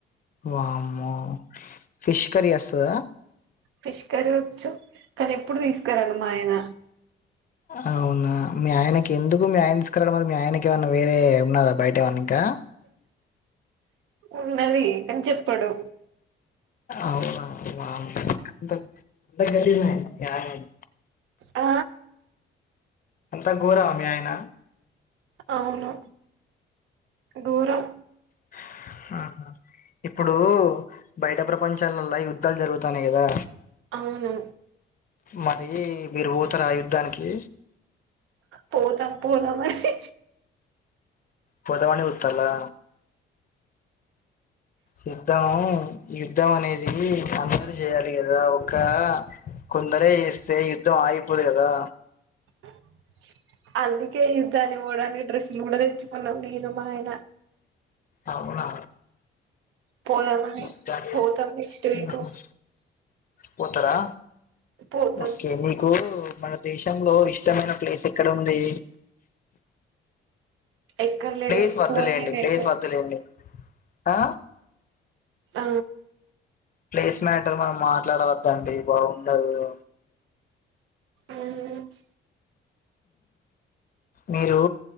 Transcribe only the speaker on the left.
వామ్మో ఫిష్ కర్రీ వస్తద
అవునా మీ ఆయనకి ఎందుకు మీ ఆయన తీసుకురాడం మరి మీ ఆయనకి ఏమైన్నా వేరే ఉన్నదా బయట ఏమన్నా ఇంకా డా
అవునా వామ్మో ఇంతా గలీజ్ ఆయన మీ ఆయనా
అంతా ఘోరమా మీ ఆయన
<inaudible> ఆహా ఇప్పుడు బయట ప్రపంచాలల్లా యుద్ధాలు జరుగుతాన్నాయి గదా
మరి మీరు పోతరా ఆ యుద్ధానికి
పొదమని చూస్తుల్లా యుద్ధం యుద్ధం అనేది అందరు చేయాలి గదా ఒక్కా కొందరే చేస్తే యుద్ధం ఆగిపోదు గదా
అవునా
ముత్తాగే
మ్ పోతరా
ఓకే మీకు మన దేశంలో ఇష్టమైన ప్లేస్ ఎక్కడ ఉంది
ప్లేస్ వద్దులేండి
ప్లేస్ వద్దులేండి ఆ
ప్లేస్ మ్యాటర్ మనం మాట్లాడవద్దండి బాగుండదు
మీరు